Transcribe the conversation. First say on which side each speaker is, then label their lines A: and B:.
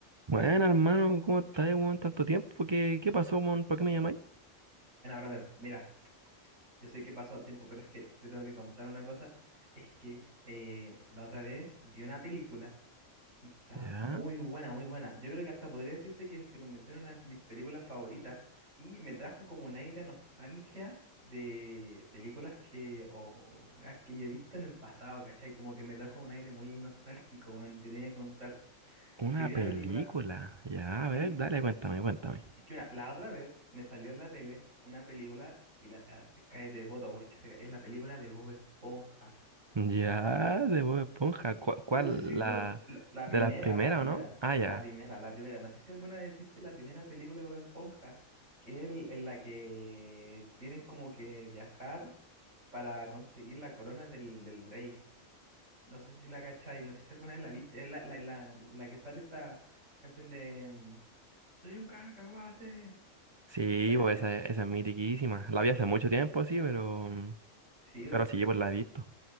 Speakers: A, on the right; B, on the right.
A: Bueno, hermano, ¿cómo estás, weón? Tanto tiempo, ¿qué, qué pasó, mon? ¿Para qué me llamáis?
B: Bueno, brother, mira, yo sé que pasó tiempo, pero es que te tengo que contar una cosa. Es que eh, la otra vez vi una película y estaba
A: Ya,
B: muy buena, muy buena. Yo creo que hasta podría decirse que se convirtió en una de mis películas favoritas y me trajo como un aire de nostalgia de películas que, o weas que yo he visto en el pasado, ¿cachai? Como que me trajo un aire muy nostálgico, weón. Te tenía que contar
A: una
B: que vi una
A: película.
B: película,
A: Ya, a ver,
B: sí,
A: dale, cuéntame, cuéntame.
B: Es que mira, la otra vez me salió en la tele una película y la ah, cállate de poto porque se- es la película de Bob Esponja.
A: Ya, de Bob Esponja. ¿Cuál, cuál,
B: No sé si tú
A: la
B: al- la, la
A: de
B: primera,
A: las primeras,
B: la primera,
A: o no? Ah, ya.
B: la primera, la primera. No sé si alguna vez viste la primera película de Bob Esponja, que es el- en la que tienen como que viajar para conseguir la corona del, del rey. No sé si la cachai, no sé si alguna vez la viste. Es la, la, la, la que sale esta canción de mm, Soy un cacahuate.
A: Sí,
B: ¿La cachai?
A: pues esa, esa es mitiquísima. La vi hace mucho tiempo, sí, pero,
B: Sí,
A: pero sí, pues la he visto.